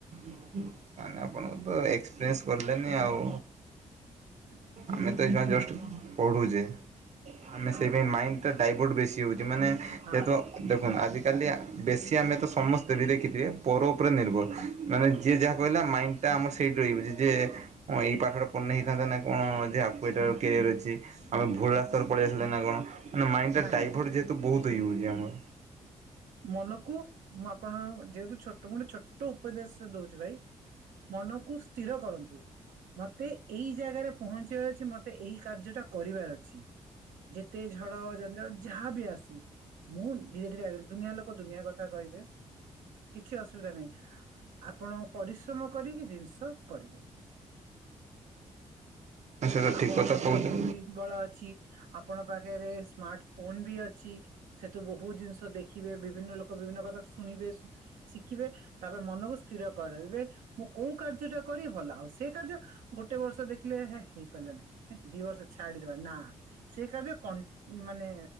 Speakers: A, on the right; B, on the right.
A: <unintelligible> ଆପଣ ତ ଏକ୍ସପିରିଏନ୍ସ କଲେନି ଆଉ।
B: ଆଜ୍ଞା
A: ଆମେ ତ ଜଷ୍ଟ ପଢୁଚେ ଆମେ
B: ହଁ
A: ସେଇ ମାଇଣ୍ଡ ଟା ଡାଇଭର୍ଟ ବେ ମାନେ
B: ହଁ
A: ଯେହେତୁ ଦେଖନ୍ତୁ ଆଜି କାଲି ବେଶୀ ଆମେ ତ ସମସ୍ତେ ବି ଦେଖିଥିବେ ପର ଉପରେ ନିର୍ଭର। ମାନେ ଯିଏ ଯାହା କହିଲା ମାଇଣ୍ଡ ଆମର ସେଇଠି ରହିିବ। ଯେଁ ଏଇ ପାଠଟା ପଢିନେ ହେଇଥାନ୍ତା ନା କଣ ଆଗାଁକୁ ଏଇଟାର କ୍ୟାରିୟର ଅଛି ଆମେ ଭୁଲ ରାସ୍ତାରେ ପଳେଇ ଆସିଲେ ନା କଣ। ମାନେ ମାଇଣ୍ଡ ଟା
B: ନାଇଁ
A: ଡାଇଭଟ
B: ନାଇଁ ନାଇଁ
A: ଯେହେତୁ ବହୁତ ହେଇ ହଉଚି ଆମର।
B: ମନକୁ ମୁଁ ଆପଣ ଯେହେତୁ ଛୋଟ ମୋଟ ଗୋଟେ ଛୋଟ ଉପଦେଶ ଦଉଛି ଭାଇ। ମନକୁ ସ୍ଥିର କରନ୍ତୁ। ମତେ ଏଇ ଜାଗାରେ ପହଞ୍ଚିବାର ଅଛି ମତେ ଏଇ କାର୍ଯ୍ୟ ଟା କରିବାର ଅଛି। ଯେତେ ଝଡ଼ ଜଞ୍ଜାଳ ଯାହାବି ଆସୁ। ମୁଁ ଧୀରେ ଧୀରେ ଦୁନିଆ ଲୋକ ଦୁନିଆ କଥା କହିବେ। କିଛି ଅସୁବିଧା ନାହିଁ। ଆପଣ ପରିଶ୍ରମ କରିକି ଜିନିଷ କରିବେ।
A: ହଁ ସେଇଟା
B: ଆପଣ
A: ଠିକ୍ କଥା
B: ନିଜର
A: କହୁଛ।
B: ବୁଦ୍ଧି ବଳ ଅଛି। ଆପଣ ପାଖରେ ସ୍ମାର୍ଟ ଫୋନ ବି ଅଛି। ସେଠୁ ବହୁ ବହୁତ ଜିନିଷ ଦେଖିବେ ବିଭିନ୍ନ ଲୋକ ବିଭିନ୍ନ କଥା ଶୁଣିବେ ଶିଖିବେ ତାପରେ ମନକୁ ସ୍ଥିର କର ମୁଁ କୋଉ କାର୍ଯ୍ୟଟା କରିବି ଭଲ। ଆଉ ସେ କାର୍ଯ୍ୟ ଗୋଟେ ବର୍ଷ ଦେଖିଲେ ହେଇପାରିଲାନି। ହେ ଦି ବର୍ଷ ଛାଡିଦବା ନା ସେଇ କାଯ୍ୟ ମାନେ